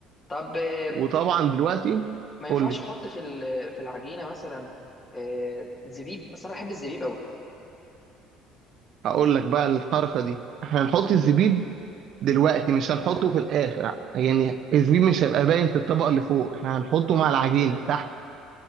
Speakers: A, on the left; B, on the right.
A: طب آه،
B: وطبعا دلوقتي
A: ما ينفعش
B: قول لي
A: احط في ال- في العجينه مثلا آه، زبيب اصل انا بحب الزبيب قوي
B: هقول لك بقى الحركه دي احنا هنحط الزبيب دلوقتي مش هنحطه في الاخر يعني الزبيب مش هيبقى باين في الطبقه اللي فوق احنا هنحطه مع العجينه تحت